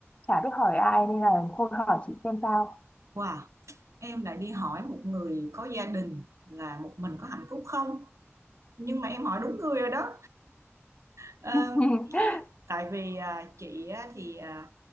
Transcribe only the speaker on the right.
Wow, em lại đi hỏi một người có gia đình là một mình có hạnh phúc không? Nhưng mà em hỏi đúng người rồi đó. Ờ,
tại vì à, chị á, thì à,